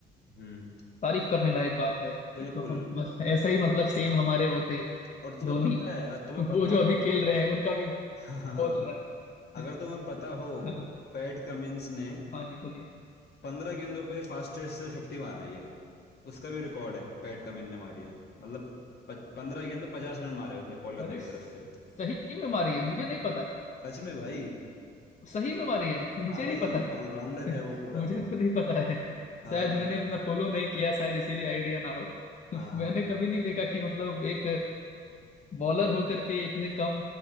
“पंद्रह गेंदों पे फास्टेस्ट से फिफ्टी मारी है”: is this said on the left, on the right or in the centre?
Left